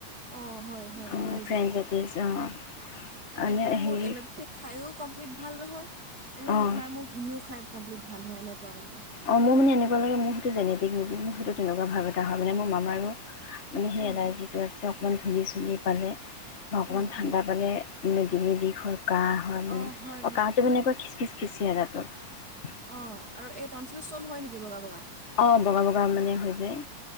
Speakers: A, on the right (about 35°); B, on the left (about 40°).
A: অ হয়, হয়
B: অঁ
A: এলাৰ্জি।
B: ফ্ৰেঞ্চ জাতিছ অঁ মানে
A: সেইটো
B: হেৰি
A: মোৰ <inaudible> খাইও কম্প্লিট ভাল নহয়
B: অঁ
A: নাই মোৰ হোমিও খাই কমপ্লিট ভাল হয়। মানে
B: অ মোৰ মানে এনেকুৱা লাগে মোৰ সেইটো জেনেটিক নেকি? মোৰ সেইটো তেনেকুৱা ভাৱ এটা হয় মানে মোৰ মামাৰো। মানে সেই
A: উম,
B: এলাৰ্জিটো আছে, অকণমান ধূলি চুলি পালে বা অকণমান
A: উম।
B: ঠাণ্ডা পালে মানে ডিঙিৰ বিষ হয়, কাঁহ হয়
A: অঁ
B: মানে
A: হয় হয়
B: কাঁহটো মানে এনেকুৱা খিচখিচ খিচিয়া দাঁতত।
A: অ আৰু এই টনচিল ষ্টন হয় নেকি বগা বগা?
B: অ বগা বগা মানে হৈ যায়।